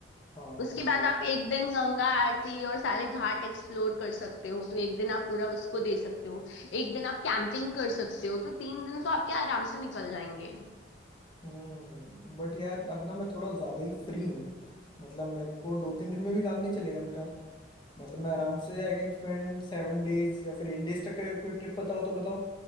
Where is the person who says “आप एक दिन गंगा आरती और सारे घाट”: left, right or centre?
Left